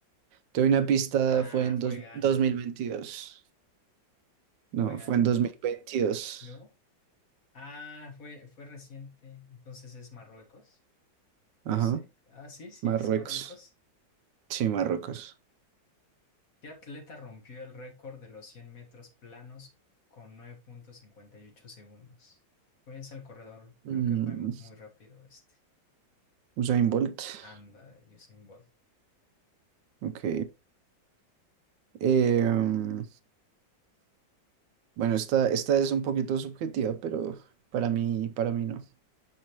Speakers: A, on the right; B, on the left.
A: te doy una pista,
B: Ah,
A: fue en
B: fue
A: dos-
B: Ghana.
A: 2022. No,
B: ¿Fue Ghana?
A: fue en 2022.
B: ¿No? Ah, fue, fue reciente. Entonces es Marruecos. No
A: Ajá,
B: sé. Ah, sí, sí,
A: Marruecos.
B: es Marruecos.
A: Sí, Marruecos.
B: ¿Qué atleta rompió el récord de los 100 metros planos con nueve punto cincuenta y ocho segundos? Pues el corredor,
A: Mm,
B: creo que fue muy rápido este.
A: Usain Bolt.
B: Anda, Usain Bolt.
A: Ok. Eh, mm, bueno, esta, esta es un poquito subjetiva, pero para mí, para mí no.